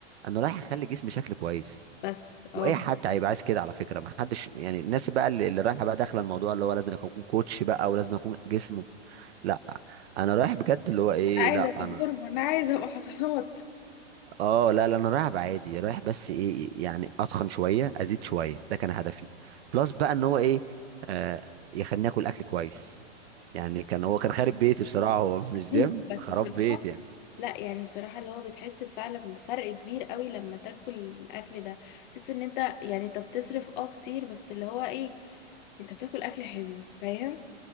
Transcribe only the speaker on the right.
انا رايح اخلي جسمي شكل كويس
واي حد هيبقى عايز كده على فكره ما حدش يعني الناس بقى اللي, اللي رايحه بقى داخله الموضوع اللي هو لازم اكون كوتش بقى ولازم اكون جسمه لا انا رايح بجد اللي هو ايه
لا
انا
اه لا لا انا رايح عادي رايح بس ايه يعني اتخن شويه ازيد شويه ده كان هدفي بلس بقى ان هو ايه آه يخليني اكل اكل كويس يعني كان هو كان خارب
بيتي بصراحه هو مش جيم
خراب
بيتي يعني